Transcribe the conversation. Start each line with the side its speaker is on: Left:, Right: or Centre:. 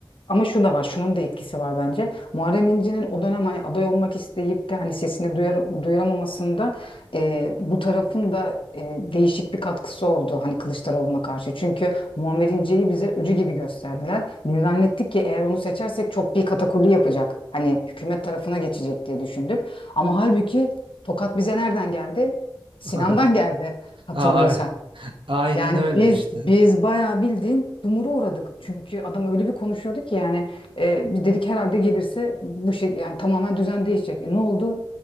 Left: ama şu da var. Şunun da etkisi var bence. Muharrem İnce'nin o dönem hani aday olmak isteyip de hani sesini duyar, duyuramamasında e, bu tarafın da e, değişik bir katkısı oldu hani Kılıçdaroğlu'na karşı. Çünkü Muammer İnce'yi bize öcü gibi gösterdiler. Biz zannettik ki eğer onu seçersek çok bir katakulli yapacak. Hani hükümet tarafına geçecek diye düşündük. Ama halbuki tokat bize nereden geldi? Sinan'dan
Right: <laughs>
Left: geldi hatırlıyorsan.
Right: Aa, Aynen
Left: Yani
Right: öyle
Left: biz
Right: işte.
Left: biz bayağı bildiğin dumura uğradık. Çünkü adam öyle bir konuşuyordu ki yani e, biz dedik herhalde gelirse bu şey yani tamamen düzen değişecek. E, ne oldu?